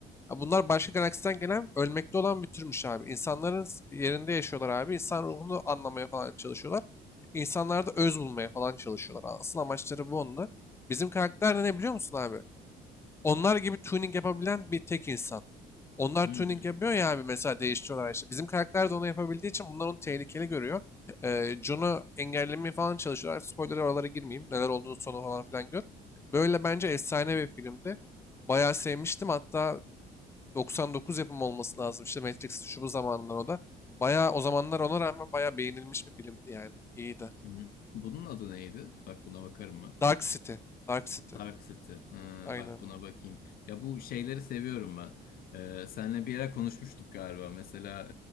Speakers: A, on the left (about 15°); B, on the left (about 60°).
A: Ya bunlar başka galaksiden gelen ölmekte olan bir türmüş abi. İnsanların yerinde yaşıyorlar abi. İnsan ruhunu anlamaya falan çalışıyorlar. İnsanlarda öz bulmaya falan çalışıyorlar. Asıl amaçları bu onda. Bizim karakter de ne biliyor musun abi? Onlar gibi tuning yapabilen bir tek insan. Onlar
B: Hmm,
A: tuning yapıyor ya abi mesela değiştiriyorlar işte. Bizim karakter de onu yapabildiği için bunlar onu tehlikeli görüyor. Ee, John'u engellemeye falan çalışıyorlar. Spoiler'a oralara girmeyeyim. Neler olduğunu sonu falan filan gör. Böyle bence efsane bir filmdi. Bayağı sevmiştim. Hatta 99 yapımı olması lazım. İşte Matrix şu bu zamanlar o da. Bayağı o zamanlar ona rağmen bayağı beğenilmiş bir filmdi yani. İyiydi.
B: Hı hı. Bunun adı neydi? Bak buna bakarım ben.
A: Dark City. Dark City.
B: Dark City. Ha,
A: Aynen.
B: bak buna bakayım. Ya bu şeyleri seviyorum ben. Ee, senle bir ara konuşmuştuk galiba. Mesela